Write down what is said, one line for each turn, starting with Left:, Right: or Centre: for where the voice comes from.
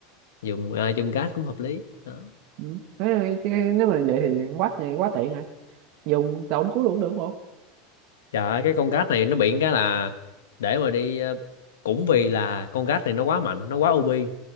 Left: dùng à, dùng gác cũng hợp lý đó.
Right: Ừ. Thế là cái- nếu mà vậy thì quá thì quá tiện rồi dùng tàu đánh cuối luôn cũng được không
Left: Trời ơi, cái con gát này nó bị cái là để mà đi ờ, cũng vì là con gát này nó quá mạnh, nó quá OP